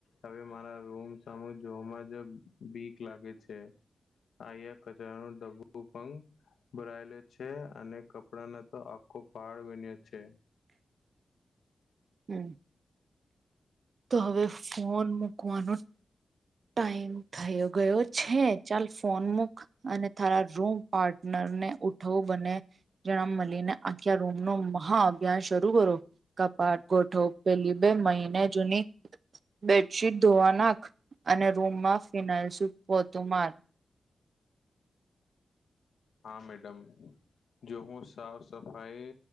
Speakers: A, on the left; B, on the right.
A: હવે મારા રૂમ હુ જોવામાં જ બીક લાગે છે. આયા કચરા નો ડબો પંગ ભરાયેલો છે અને ક ડાનો તો આખો પહાડ બન્યો છે.
B: હમ્મ, તો હવે ફોન મુૂકવાનો ટાઈમ થયો ગયો છે. ચાલ ફોન મૂક. અને તારા રૂમ પાર્ટનર ને ઉઠવું બને જણ મળીને આખ્યા રૂમ નો મહા અભ્યાન શરૂ કરો. કપાટ ગોઠવ, પેલી બે મહિને જૂની બેડશીટ ધોવા નાખ. અને રૂમમાં ફિનાઇલ શું પોતું માર.
A: હા મેડમ. જો હું સાફ સફાઈ